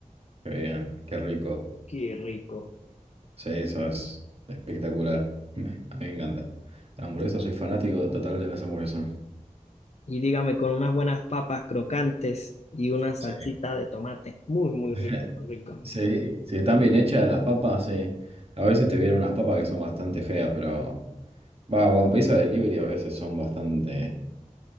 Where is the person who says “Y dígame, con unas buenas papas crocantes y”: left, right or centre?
Left